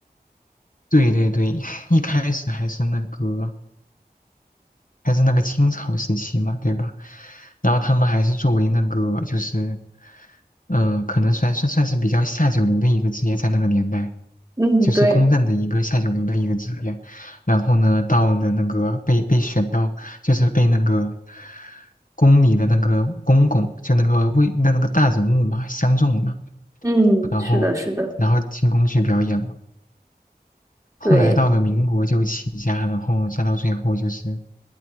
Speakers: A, on the left; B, on the right.
A: 对对对，<laughs> 一开始还是那个还是那个清朝时期嘛，对吧？然后他们还是作为那个就是，嗯、可能算算算是比较下九流的一个职业，在那个年代，
B: 嗯，
A: 就是公认的一个下九流的一个职业。
B: 对，
A: 然后呢，到了那个被被选到，就是被那个宫里的那个公公，就那个位那那个大人物嘛，相中了，
B: 嗯，
A: 然后然后进宫去表演嘛。
B: 是的，是的，
A: 后来到了民国就起家，
B: 对。
A: 然后再到最后就是